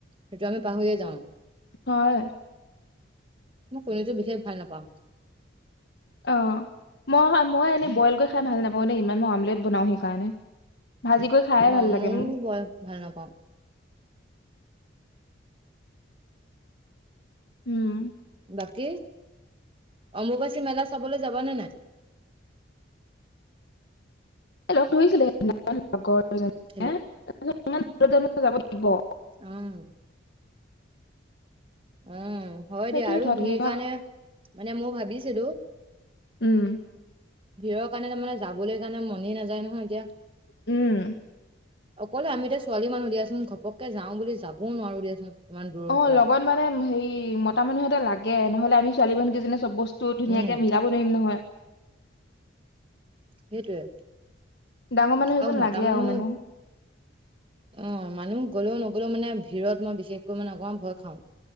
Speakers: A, on the right; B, on the left.
A: সেইটো আমি পাহৰিয়ে যাওঁ।
B: হয়
A: মই কণীটো বিশেষ ভাল নাপাও।
B: অ মই অ মই এনেই বইল কৰি খাই ভাল নাপাও দেই ইমান মই আমলেট বনাও সেইকাৰণে। ভাজি কৰি খায়ে
A: অ
B: ভাল লাগে
A: ময়ো
B: মোৰ
A: বয়েল ভাল নাপাও
B: উম
A: বাকী অম্বুবাচী মেলা চাবলৈ যাবানে নাই?
B: এই লগ ধৰিছিলে সিদিনাখন লগৰ কেইজনীয়ে
A: হেল্ল'
B: তাৰপিছত ইমান ভিৰত যাব লাগিব।
A: উম উম, হয়
B: সেইটোয়ে
A: দিয়া আৰু
B: কথাটো
A: ভিৰ
B: এতিয়া
A: কাৰণে মানে মই ভাবিছিলো।
B: উম,
A: ভিৰৰ কাৰণে মানে, যাবলৈ কাৰণে মনেই নাযায় নহয় এতিয়া।
B: উম,
A: অকলে আমি এতিয়া ছোৱালী মানুহ দিয়াচোন, ঘপককে যাওঁ বুলি যাবও নোৱাৰো দিয়াচোন। ইমান দূৰৰ
B: অ,
A: পৰা
B: লগত মানে হেৰি, মতা মানুহঁ এটা লাগে, নহ'লে আমি ছোৱালী মানুহকেইজনীয়ে চব বস্তু ধুনীয়াকে
A: উম
B: মিলাব নোৱাৰিম নহয়।
A: সেইটোয়ে
B: ডাঙৰ মানুহ
A: আৰু
B: এজন,
A: মতা
B: লাগে
A: মানুহ
B: আৰু মানে।
A: অ মানুহ গ'লেও, নগ'লেও, মানে ভিৰত মই, বিশেষকৈ মানে অকমান ভয় খাওঁ।